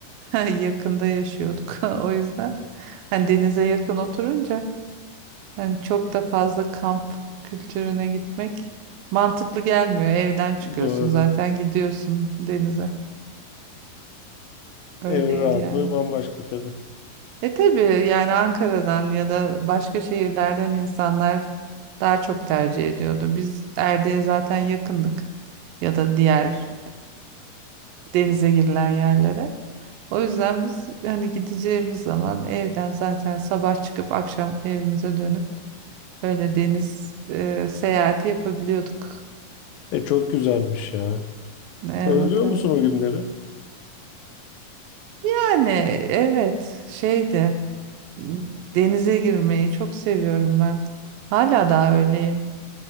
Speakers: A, on the right (about 85°); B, on the left (about 80°).
A: <laughs> yakında yaşıyorduk. <laughs> O yüzden hani denize yakın oturunca hani çok da fazla kamp kültürüne gitmek mantıklı gelmiyor. Evden çıkıyorsun
B: Doğru.
A: zaten gidiyorsun denize. Öyleydi
B: Evin rahatlığı
A: yani.
B: bambaşka tabii.
A: E tabii yani Ankara'dan ya da başka şehirlerden insanlar daha çok tercih ediyordu. Biz Erdek'e zaten yakındık ya da diğer e, denize girilen yerlere. O yüzden biz hani gideceğimiz zaman evden zaten sabah çıkıp akşam evimize dönüp öyle deniz e, seyahati yapabiliyorduk.
B: E çok güzelmiş ya.
A: Evet,
B: Özlüyor
A: evet.
B: musun o günleri?
A: Yani evet şeydi m, denize girmeyi çok seviyorum ben. Hala daha öyleyim.